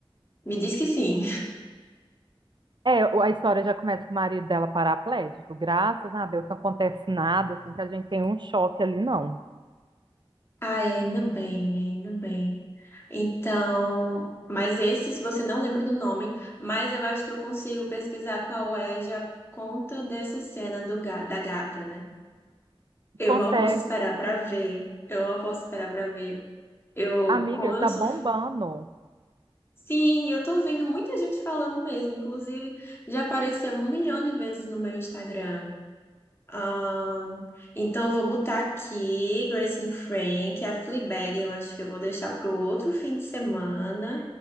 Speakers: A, on the left; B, on the right.
A: Me diz que sim.
B: É, o- a história já começa com o marido dela paraplégico. Graças a Deus não acontece nada, assim, que a gente tem um choque ali, não.
A: Ai, ainda bem, ainda bem. Então, mas esse, se você não lembra do nome, mas eu acho que eu consigo pesquisar qual é já por conta dessa cena do, ga- da gata, né? Eu
B: Consegue.
A: mal posso esperar pra ver. Eu mal posso esperar pra ver. Eu,
B: Amiga,
A: como eu
B: tá
A: sou.
B: bombando.
A: Sim, eu tô vendo muita gente falando mesmo. Inclusive, já apareceu um milhão de vezes no meu Instagram. Ahn, então, eu vou botar aqui Grace and Frank, a Fleabag. Eu acho que eu vou deixar pro outro fim de semana